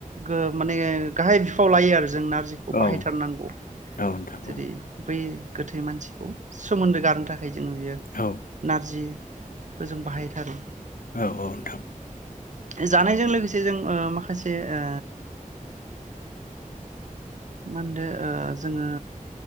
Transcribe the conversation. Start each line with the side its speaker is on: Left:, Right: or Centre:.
Right: गो माने गाहाय बिफाव लायो आरो जोंना बाहायथारनांगौ
Left: औ औ नोंथां
Right: जेरै
Left: औ
Right: बै गोथै मानसिखौ सोमोन्दो गारनो थाखाय बेजोंनो बियो
Left: औ
Right: नारजि बेखौ जों बाहायथारो
Left: औ औ नोंथां
Right: जानायजों लोगोसे जों माखासे ओ मा होनदों जोङो